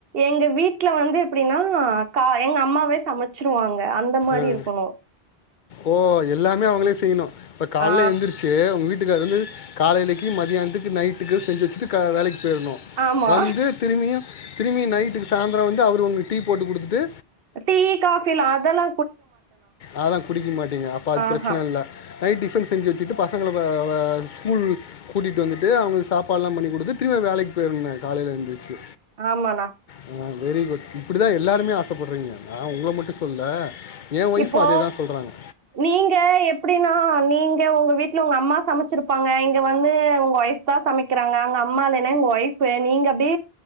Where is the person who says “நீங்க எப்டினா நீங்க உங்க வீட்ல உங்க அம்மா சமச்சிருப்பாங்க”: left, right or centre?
Right